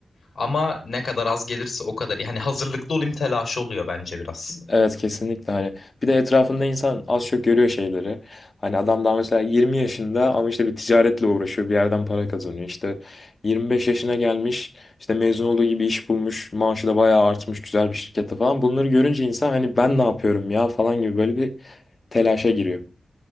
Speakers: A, on the left (about 65°); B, on the left (about 40°).
A: ama ne kadar az gelirse o kadar iyi. Hani hazırlıklı olayım telaşı oluyor bence biraz.
B: Evet kesinlikle hani bir de etrafında insan az çok görüyor şeyleri. Hani adam daha mesela 20 yaşında ama işte bir ticaretle uğraşıyor bir yerden para kazanıyor. İşte 25 yaşına gelmiş işte mezun olduğu gibi iş bulmuş maaşı da bayağı artmış güzel bir şirkette falan. Bunları görünce insan hani ben ne yapıyorum ya falan gibi böyle bir telaşa giriyor.